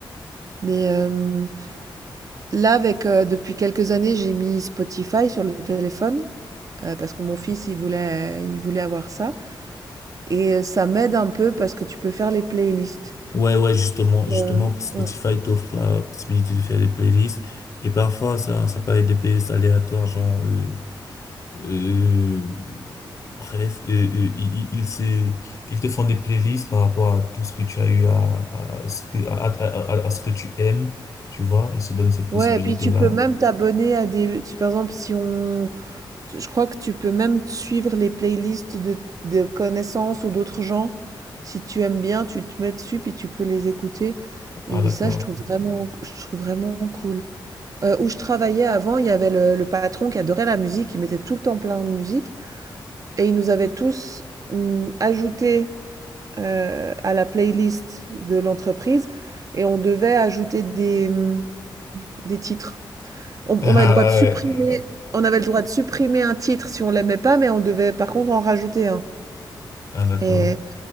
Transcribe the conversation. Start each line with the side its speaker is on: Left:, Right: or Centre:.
Right: Mais euh, là, avec, euh, depuis quelques années, j'ai mis Spotify sur le téléphone. euh, parce que mon fils, il voulait, il voulait avoir ça. Et euh, ça m'aide un peu parce que tu peux faire les playlists.
Left: Ouais, ouais, justement,
Right: Euh,
Left: justement, Spotify
Right: ouais.
Left: t'offre la possibilité de faire des playlists. Et parfois, ça, ça peut être des playlists aléatoires, genre, euh, euh, bref, euh, euh, ils, ils- ils se, ils te font des playlists par rapport à tout ce que tu as eu à, à ce que, à, à, à- à ce que tu aimes, tu vois, ils se donnent cette
Right: Ouais,
Left: possibilité-là.
Right: et puis tu peux même t'abonner à des... tu- par exemple, si on, Je crois que tu peux même suivre les playlists de, de connaissances ou d'autres gens. Si tu aimes bien, tu te mets dessus puis tu peux les écouter. Et
Left: Ah, d'accord.
Right: ça, je trouve vraiment, je trouve vraiment cool. Euh, où je travaillais avant, il y avait le, le patron qui adorait la musique, il mettait tout le temps plein de musique. Et il nous avait tous hum, ajouté euh, à la playlist de l'entreprise. Et on devait ajouter des, hum, des titres. On
Left: <laughs>
Right: on
Left: Ah
Right: avait le droit de supprimer
Left: ouais.
Right: on avait le droit de supprimer un titre si on l'aimait pas, mais on devait par contre en rajouter un.
Left: Ah, d'accord.
Right: Et,